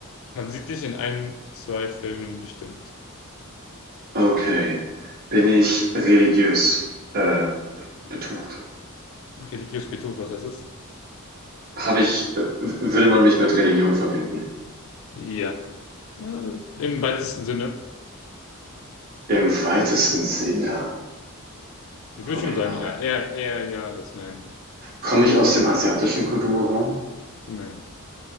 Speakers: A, on the left; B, on the right.
A: man sieht dich in ein, zwei Filmen bestimmt.
B: Okay. Bin ich religiös, äh, betucht?
A: Religiös Betrug, was heißt das?
B: Habe ich, äh, würde man mich mit Religion verbinden?
A: Ja. Ja, Im weitesten Sinne.
B: Im weitesten Sinne.
A: Ich
B: Holy
A: würde schon sagen,
B: moly.
A: ja. Eher, eher ja als nein.
B: Komme ich aus dem asiatischen Kulturraum?
A: Nein.